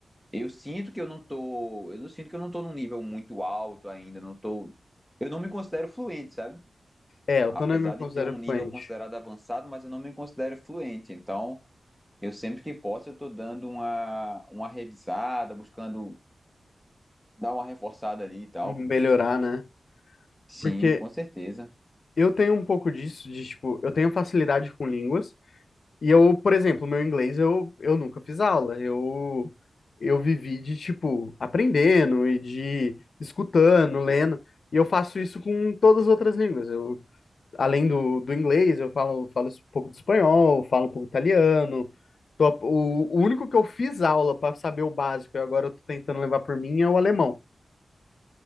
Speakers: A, in the centre; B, on the left.
A: eu sinto que eu não tô, eu não sinto que eu não tô num nível muito alto ainda, não tô, eu não me considero fluente, sabe?
B: É, eu
A: Apesar
B: também me considero
A: de ter um nível
B: fluente
A: considerado avançado, mas eu não me considero fluente. Então, eu sempre que posso, eu tô dando uma uma revisada, buscando dar uma reforçada ali e tal.
B: em melhorar, né?
A: Sim,
B: Porque
A: com certeza.
B: eu tenho um pouco disso, de tipo, eu tenho facilidade com línguas, e eu, por exemplo, meu inglês eu, eu nunca fiz aula, eu, eu vivi de, tipo, aprendendo e de escutando, lendo, e eu faço isso com todas as outras línguas. Eu, além do, do inglês, eu falo, falo um pouco de espanhol, falo um pouco de italiano. Tô- o, o único que eu fiz aula para saber o básico e agora eu tô tentando levar por mim é o alemão.